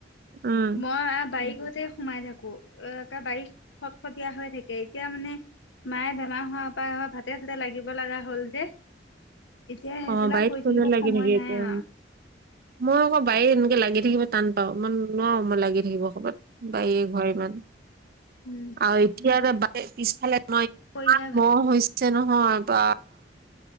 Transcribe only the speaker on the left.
মই বাৰকত তে সোমাই থাকো এ এ বাৰী খটখটীয়া হৈ থাকে এতিয়া মানে মায়ে বেমাৰ হোৱা প ভাতে চাতে লাগিব লগা হ'ল যে এতিয়া সেইবিলাক
কৰি
থাকিব
সময়
নাই
আৰু।
উম,
কৰিহে
ভাল।